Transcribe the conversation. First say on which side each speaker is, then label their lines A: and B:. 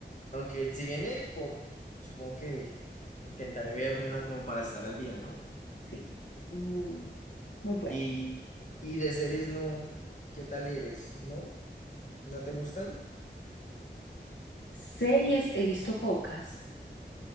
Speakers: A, on the left (about 45°); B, on the left (about 80°).
A: Aunque si viene, bo- supongo que intentaré vérmela como para estar al día, ¿no?
B: sí, muy, muy buena.
A: Y, y de series no, ¿qué tal eres? ¿No? ¿No te gustan?
B: Series he visto pocas.